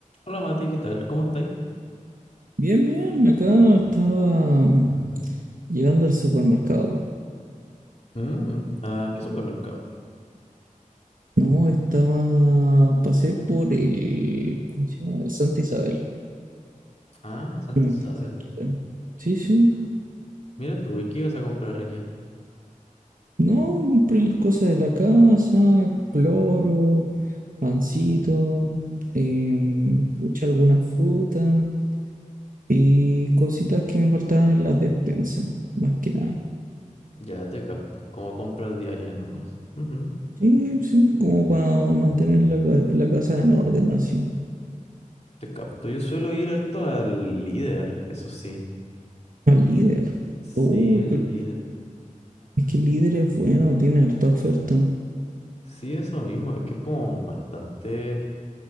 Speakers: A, on the left; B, on the right.
A: Hola Mati, ¿qué tal? ¿Cómo estáis?
B: Bien, bien, acá estaba llegando al supermercado.
A: Mm, ¿a qué supermercado?
B: No, estaba, pasé por el, ¿cómo se llama? El Santa Isabel,
A: Ah, Santa
B: que me
A: Isabel.
B: queda cerquita. Sí, sí.
A: Mira tú, ¿y qué ibas a comprar allá?
B: No, compré las cosas de la casa, cloro, pancito, em, pucha, algunas frutas y cositas que me faltaban en la despensa. más que nada.
A: Ya te capto, como compras diarias nomás. Ujú,
B: Sí, sí, como para mantener la, ca- la casa en orden así.
A: te capto. Yo suelo ir harto al líder, eso sí.
B: Al líder.
A: Sí,
B: oh
A: el
B: pero
A: líder.
B: es que el líder es bueno, tiene harta oferta.
A: Sí, eso mismo, es que es como bastante.